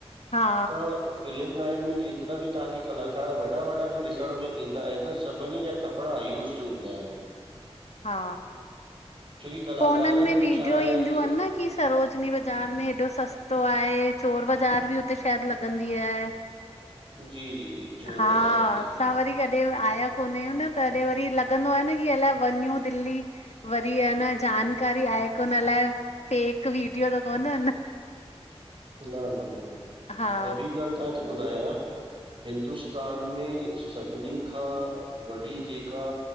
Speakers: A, on the left; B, on the right.
A: हा
B: त फ़िल्म लाइन में जेतिरा बि तांखे कलाकार वॾा वॾा बि ॾिसण में ईंदा आहिनि न सभिनी जा कपिड़ा यूज़ हूंदा आहिनि।
A: हा,
B: छोकी कलाकारनि
A: फोननि में
B: जो
A: विडियो
B: छा आहे
A: ईंदियूं अनि न की सरोजनी बाज़ारि में हेॾो सस्तो आहे, चोर बाज़ार बि हुते शायदि लॻंदी आहे।
B: जी जी जी। चोर
A: हा,
B: बाज़ार बि
A: असां
B: आहे।
A: वरी कॾ ॿियो आया कोन आहियूं न, तॾहिं वरी लॻंदो आ न की अलाए वञू दिल्ली। वरी आ न, जानकारी आहे कोन अलाइ, फेक वीडियो त कोने न।
B: न न न न,
A: हा
B: ऐं ॿी ॻाल्हि तांखे ॿुधायां। हिंदुस्तान में सभिनी खां वॾी जेका